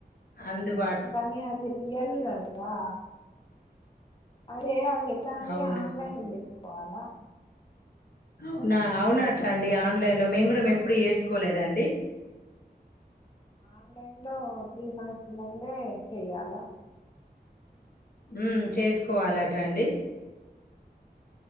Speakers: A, on the left; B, on the left.
A: అందుబాటు
B: కానీ అది రియల్గాద ఆ అదే అది ఎలాండి
A: అవును
B: ఆన్లైన్ చేసుకోవాలా
A: అవునా అవునట్ట అండి ఆన్లైన్లో మేము కూడా ఎప్పుడ చేసుకోలేదండి
B: ఆన్లైన్లో త్రీ మంత్స్ ముందే చెయ్యాల
A: ఉ చేసుకోవాలట అండి